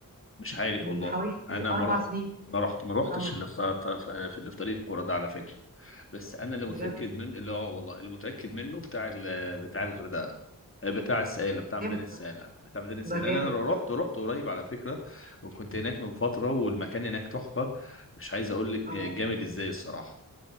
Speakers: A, on the left; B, on the right.
A: مش عارف
B: من
A: والله
B: حوالي
A: انا ما
B: اربع
A: رحت
B: سنين
A: ما رحت ما رحتش
B: اه
A: اللي في في اللي في طريق القرى ده على فكرة بس انا اللي متأكد
B: بجد
A: من اللي هو والله اللي متأكد منه بتاع ال... بتاع الغردقة آه، بتاع السائلة بتاع ميدان
B: جامد
A: السائلة
B: ده
A: بتاع ميدان السائلة
B: ده جامد
A: لأن انا
B: ده
A: رحت رحت قريب على فكرة وكنت هناك من فترة والمكان هناك تحفة مش عايز اقول لك
B: اه
A: جامد ازاي الصراحة